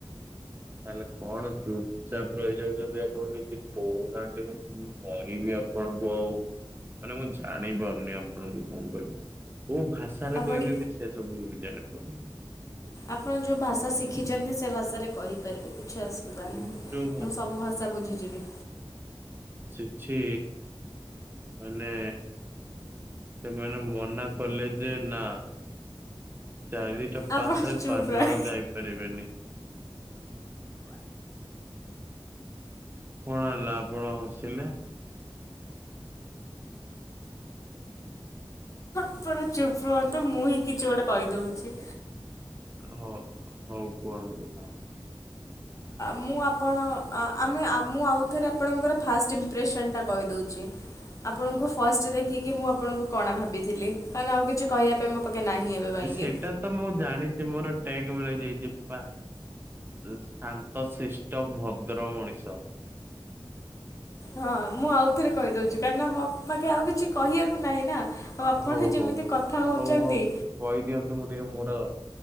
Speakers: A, on the right; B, on the left.
A: ତାହେଲେ କଣ ଚୁ ଚାପ ରହିଯାଉଛନ୍ତି ଆପଣ କିଛି କହୁନାହାନ୍ତି ମୁଁ କହିବି ଆପଣଙ୍କୁ ଆଉ। ମାନେ ମୁଁ ଜାଣିପାରୁନି ଆପଣ କଣ କହିବି କୋଉ ଭାଷାରେ
B: ଆପଣ
A: କହିବେ ବି ସେ ସବୁ ଜାଣିପାରୁନି।
B: ଆପଣ ଯେଉଁ ଭାଷା ଶିଖିଛନ୍ତି ସେ ଭାଷାରେ କହି ପାରିବେ କିଛି ଅସୁବିଧା
A: ମୁଁ
B: ନାହିଁ
A: ଯୋଉ
B: ମୁଁ ସବୁ ଭାଷା ବୁଝିଯିବି।
A: ଛିଛି ମାନେ ସେମାନେ ମନା କଲେ ଯେ ନା। ଚାରିଟା
B: ଆପଣ
A: ପାଶରେ
B: ଚୁପ୍
A: ପାଞ୍ଚ
B: ରହ
A: ଜଣ ଯାଇପାରିବେନି। କଣ ହେଲା ଆପଣ ହସିଲେ?
B: ଆପଣ ଚୁପ ରୁହନ୍ତୁ ମୁଁ ହିଁ କିଛି ଗୋଟେ କହିଦଉଛି।
A: ହଁ ହଉ କୁହନ୍ତୁ।
B: ମୁଁ ଆପଣ ଆମେ ମୁଁ ଆଉଥରେ ଆପଣଙ୍କର ଫାଷ୍ଟ ଇମ୍ପ୍ରେସନ ଟା କହିଦଉଛି। ଆପଣଙ୍କୁ ଫାଷ୍ଟ ଦେଖିକି ମୁଁ ଆପଣଙ୍କୁ କଣା ଭାବିଥିଲି ଆଉ କିଛି କହିବା ପାଇଁ ମୋ ପାଖେ ନାହିଁ। ଏବେ ପାଇଁକି
A: ସେଇଟା ତ ମୁଁ ଜାଣିଛି ମୋର ଟ୍ୟାଗ ମିଳି ଯାଇଚି ପା ଶାନ୍ତ, ଶେଷ୍ଠ, ଭଦ୍ର ମଣିଷ।
B: ହଁ ମୁଁ ଆଉଥରେ କହିଦଉଛି କାହିଁକି ନା ମୋ ପାଖେ ଆଉ କିଛି କହିବାକୁ ନାହିଁ ନା। ଆଉ ଆପଣ
A: ହଉ-
B: ଯେମିତି
A: ହଉ-
B: କଥା ହେଉଛନ୍ତି
A: ହଉ- ହଉ କହିଦିଅନ୍ତୁ ମୁଁ ଟିକେ ମୋର